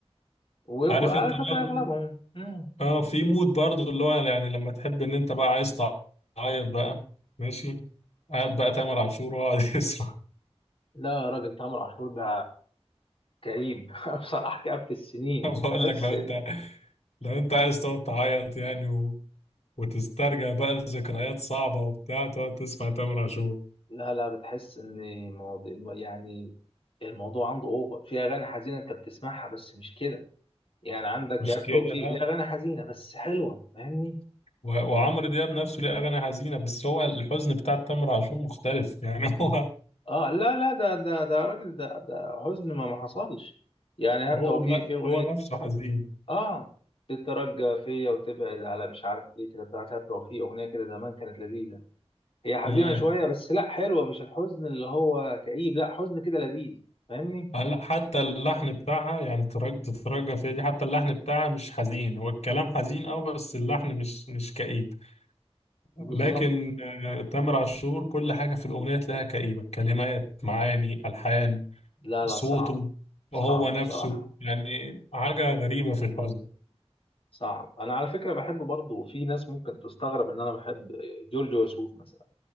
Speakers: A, on the left; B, on the left.
A: ويكون
B: عارف
A: على
B: انت
A: فكرة
B: برضو
A: أغلبهم مم.
B: اه في مود برضو اللي هو يعني لما تحب ان انت بقى عايز تعيط بقى ماشي قاعد بقى تامر عاشور واقعد <laughs> يسمع
A: لا يا راجل تامر عاشور ده كئيب <laughs> بصراحة كآبة السنين
B: بقول
A: تحس
B: لك لو انت لو انت عايز تقعد تعيط يعني و... وتسترجع بقى ذكريات صعبة وبتاع تقعد تسمع تامر عاشور
A: لا لا بتحس ان مواضيع يعني الموضوع عنده اوفر في اغاني حزينه انت بتسمعها بس مش كده يعني عندك
B: مش
A: ايهاب
B: كده
A: توفيق
B: لا
A: ليه اغاني حزينه بس حلوه فاهمني
B: و... وعمرو دياب نفسه ليه أغاني حزينة بس هو الحزن بتاع تامر عاشور مختلف يعني <laughs> هو
A: اه لا لا ده ده ده راجل ده ده حزن ما ما حصلش يعني ايهاب
B: هو
A: توفيق
B: ن...
A: في اغنيه
B: هو نفسه حزين
A: اه تترجى فيا وتبعد على مش عارف ايه كده بتاعت ايهاب توفيق اغنيه كده زمان كانت لذيذه هي حزينه
B: مم.
A: شويه بس لا حلوه مش الحزن اللي هو كئيب لا حزن كده لذيذ فاهمني
B: هلا حتى اللحن بتاعها يعني تترج- تترجى فيها دي حتى اللحن بتاعها مش حزين هو الكلام حزين اه بس اللحن مش مش كئيب لكن
A: بالظبط
B: آه، تامر عاشور كل حاجة في الأغنية تلاقيها كئيبة كلمات معاني ألحان
A: لا
B: صوته
A: لا صعب صعب
B: وهو نفسه
A: بصراحه
B: يعني حاجة غريبة في الحزن
A: صعب انا على فكره بحب برضه في ناس ممكن تستغرب ان انا بحب جورج وسوف مثلا